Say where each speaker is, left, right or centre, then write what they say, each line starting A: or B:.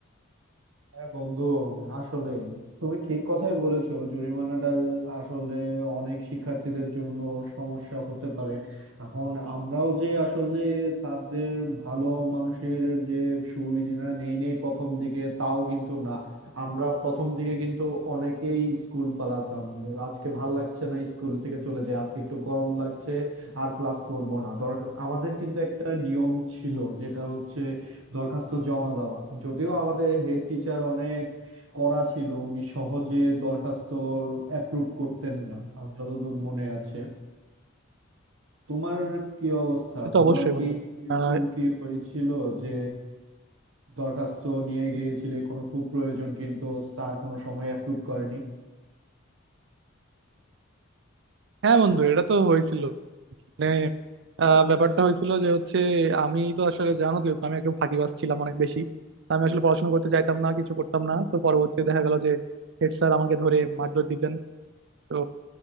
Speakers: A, on the right; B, on the right.
A: হ্যাঁ বন্ধু আসলে তুমি ঠিক কথাই বলেছো জরিমানাটা আসলে অনেক শিক্ষার্থীদের জন্য সমস্যা হতে পারে এখন আমরাও যে আসলে স্যারদের ভালো মানুষের যে সুবিধা নেই নেই প্রথম দিকে তাও কিন্তু না আমরা প্রথম দিকে কিন্তু অনেকেই স্কুল পালাতাম আজকে ভাল লাগছে না স্কুল থেকে চলে যাই আজকে একটু গরম লাগছে আর ক্লাস করব না দরকার আমাদের কিন্তু একটা নিয়ম ছিল যেটা হচ্ছে দরখাস্ত জমা দেওয়া যদিও আমাদের হেড টিচার অনেক কড়া ছিল উনি সহজে দরখাস্ত অ্যাপ্রুভ করতেন না আমার যতদূর মনে আছে তোমার কি অবস্থা
B: সে তো
A: তোমার
B: অবশ্যই
A: কি
B: বন্ধু
A: এরকম
B: আহ
A: কি হয়েছিল যে দরখাস্ত নিয়ে গিয়েছিলে কোনো খুব প্রয়োজন কিন্তু স্যার কোনো সময় অ্যাপ্রুভ করেনি
B: হ্যাঁ বন্ধু এটা তো হয়েছিল মানে আহ, ব্যাপারটা হয়েছিল যে হচ্ছে আমি তো আসলে জানো তো আমি একটু ফাঁকিবাজ ছিলাম অনেক বেশি তো আমি আসলে পড়াশোনা করতে চাইতাম না কিছু করতাম না তো পরবর্তীতে দেখা গেল যে হেড স্যার আমাকে ধরে মারধর দিতেন তো